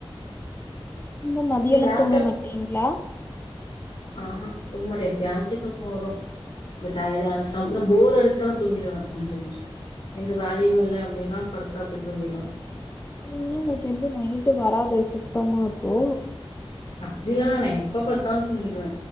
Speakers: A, on the left; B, on the left.
A: நீங்க மதியான
B: இப்போ லேப்டாப்
A: தூங்க மாட்டிங்ளா
B: ஆ ஹா தூங்க மாட்ட எப்பயாச்சி தூக்க வரு டயடா இருந்ச்னா ந போர் அடிச்சாலு தூங்கிருவ சம்டைம்ஸ் எந்த வேலயு இல்ல அப்டின்னா படுத்தா போய் தூங்கிடுவ
A: இப்ப தூங்னா உங்களுக்கு எப்டி நைட்டு வராதே சுத்தமா அப்போ
B: அப்டிலான எப்ப பத்தாலு தூங்கிடுவ